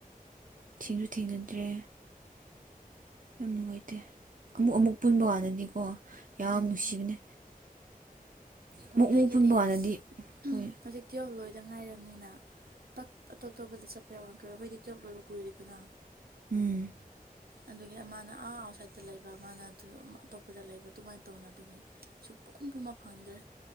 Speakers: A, on the right; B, on the right.
A: ꯊꯦꯡꯁꯨ ꯊꯦꯡꯅꯗ꯭ꯔꯦ ꯌꯥꯝ ꯅꯨꯡꯉꯥꯏꯇꯦ ꯑꯃꯨꯛ ꯑꯃꯨꯛ ꯄꯨꯟꯕ ꯀꯥꯟꯗꯗꯤꯀꯣ ꯌꯥꯝ
B: ꯎꯝ
A: ꯅꯨꯡꯁꯤꯕꯅꯦ
B: ꯍꯣꯏ
A: ꯑꯃꯨꯛ
B: ꯅꯣꯏꯒꯤꯗꯤ
A: ꯑꯃꯨꯛ ꯄꯨꯟꯕ ꯀꯥꯟꯗꯗꯤ
B: <unintelligible>
A: ꯍꯣꯏ
B: ꯍꯧꯖꯤꯛ ꯇꯨꯋꯦꯜꯕ ꯂꯣꯏꯗ ꯉꯥꯏꯔꯕꯅꯤꯅ ꯄꯥꯛ ꯑꯇꯣꯞꯇꯣꯞꯄꯗ ꯆꯠꯄ ꯌꯥꯎꯔꯝꯈꯤꯔꯣꯏ ꯑꯩꯈꯣꯏꯗꯤ ꯇꯨꯌꯦꯜꯕ ꯂꯣꯏꯕ ꯀꯨꯏꯔꯦꯗꯅ
A: ꯎꯝ
B: ꯑꯗꯨꯒꯤ ꯑꯃꯥꯅ ꯑꯥ ꯑꯥꯎꯠꯁꯥꯏꯠꯇ ꯂꯩꯕ ꯃꯥꯅ ꯑꯗꯨ ꯑꯇꯣꯞꯄꯗ ꯂꯩꯕ ꯑꯗꯨꯃꯥꯏꯅ ꯇꯧꯅꯕꯒꯤ ꯁꯨ ꯄꯨꯝ ꯄꯨꯟꯕ ꯐꯪꯗ꯭ꯔꯦ